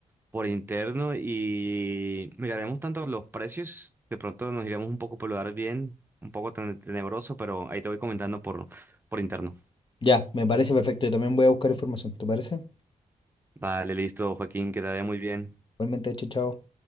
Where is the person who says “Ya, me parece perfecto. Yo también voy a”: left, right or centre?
Left